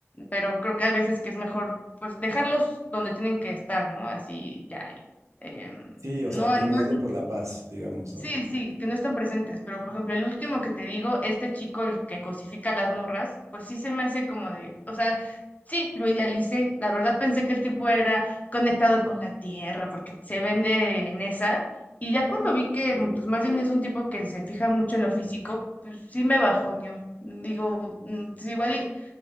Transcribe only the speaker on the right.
Sí,
o sea, terminarlo
por la paz, digamos,
¿no?
Eh,